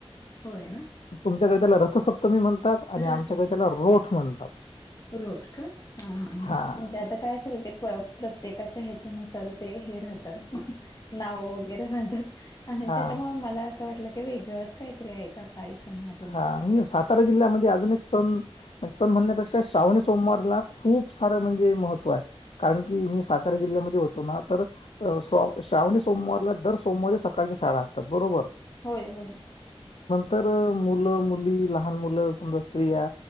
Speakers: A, on the left; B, on the left.
A: होय ना
B: तुमच्याकडे त्याला रथसप्तमी म्हणतात आणि
A: रथ
B: आमच्याकडे
A: असं
B: त्याला रोठ म्हणतात.
A: रोट का अहा हा ह
B: हा.
A: म्हणजे आता काय संदीप प प्रत्येकाच्या ह्याच्यानुसार ते हे राहतात नाव वगैरे राहतात. आणि
B: हा
A: त्याच्यामुळे मला असं वाटलं की वेगळंच काहीतरी आहे का? काय सण तुमचा
B: हा मी सातारा जिल्ह्यामध्ये अजून एक सण सण म्हणण्यापेक्षा श्रावणी सु सोमवारला खूप सार म्हणजे महत्त्व आहे कारण की मी सातारा जिल्ह्यामध्ये होतो ना तर अ अ श्र श्रावणी सोमवारला दर सोमवारी सकाळच्या शाळा असतात बरोबर.
A: होय होय.
B: तर मुलं मुली लहान मुलं समजा स्त्रिया